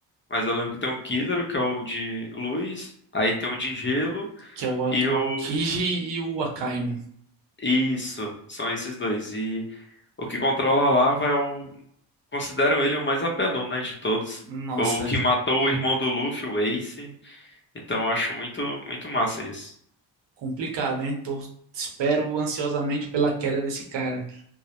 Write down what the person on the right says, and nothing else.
que é o A-
Aokiji
e o Akainu.
Nossa,
complicado, hein? Tô, espero ansiosamente pela queda desse cara.